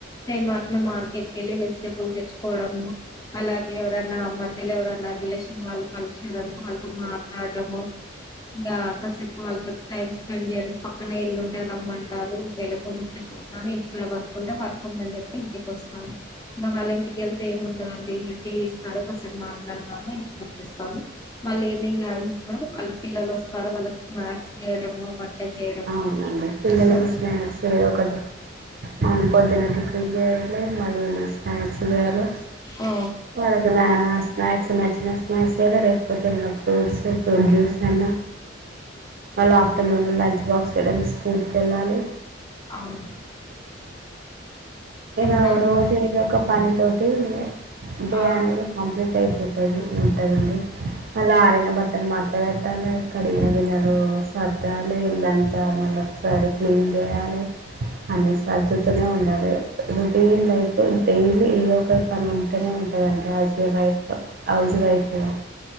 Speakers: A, on the left (about 20°); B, on the right (about 50°).
A: సేమ్ అట్లా మార్కెట్ కి వెళ్ళి వెజిటబుల్ తెచ్చుకోవడము అలాగే ఎవరన్నా మధ్యలో ఎవరన్నా రిలేషన్ వాళ్ళు కలిసిరనుకో వాళ్ళతో మాట్లాడము ఇంకా కాసేపు వాళ్ళతో టైమ్ స్పెండ్ చేయడం పక్కన ఇల్లుంటే రమ్మంటారు ఇంకెళ్ళక పోతాను ఇంటికి వర్క్ ఉంటే వర్క్ ఉందని చెప్పి ఇంటికి వస్తాను ఇగ వాళ్ళ ఇంటికెళ్తే ఏముంటదండి ఇకే ఇస్తారు అసలు మాట్లాడదాము ఇంటికి వచ్చిస్తాము వాళ్ళు ఈవినింగ్ అస్ ఇస్ గా వాళ్ళ పిల్లలు వస్తారు వాళ్ళకి స్మాక్స్ చేయడము చేయడము
B: అవునండి పిల్లలకి
A: సో
B: స్నాక్స్ ఏదో ఒకటి అవును పొద్దున టిఫీ చేయాలి మళ్ళీ ఈవినింగ్ స్నాక్స్ చేయాలి
A: ఆ
B: వాళ్ళకి నా స్నాక్స్ నచ్చిన స్నాక్స్ లేకపోతే ఏమ ఫ్రూట్స్ ఫ్రూట్ జ్యూస్ అయినా మళ్ళీ ఆఫ్టర్నూన్ లంచ్ బాక్స్ ఇయడానికి స్కూల్కి వెళ్ళాలి
A: అవును
B: ఇలా
A: ఏమన్నా అడగరా
B: రోజు
A: అండి
B: ఏదో ఒక పని తోటి డే
A: ఆ
B: అనేది కంప్లీట్ ట అపోతుంది ఉంటుందిండి మళ్ళీ ఆరిన బట్టను మడత ఎంత పెట్టాలిక్కడిగిన గినలు సర్ద్దాలి ఇలంతా మళ్ళ ఒకసారి క్లీన్ చేయాలి అన్ని సర్దుతూనే ఉండాలి ఇగ రుటీన్ లైఫ్ డైలీ ఏదో ఒక పని ఉంటేనే ఉంటదండి హజ్ వైఫ్ హౌ వైఫ్ గా